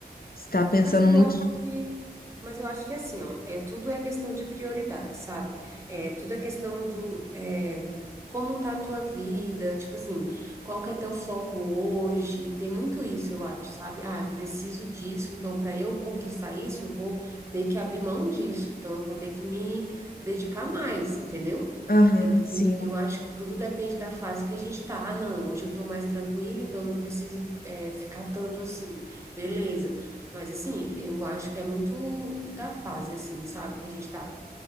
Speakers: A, on the left (about 60°); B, on the right (about 15°).
A: estar pensando
B: Mas eu
A: muito.
B: acho que, mas eu acho que é assim, ó, é tudo é questão de prioridade, sabe? É tudo é questão do é, como tá a tua vida, tipo assim, qual que é teu foco hoje? Tem muito isso, eu acho, sabe? Ah, eu preciso disso, então para eu conquistar isso, eu vou ter que abrir mão disso, então eu vou ter que me dedicar mais, entendeu?
A: Aham,
B: Então,
A: sim.
B: eu acho que tudo depende da fase que a gente tá. Ah, não, hoje eu tô mais tranquila, então eu não preciso é, ficar tanto assim. Beleza. Mas assim, eu acho que é muito da fase, assim, sabe? Que a gente tá.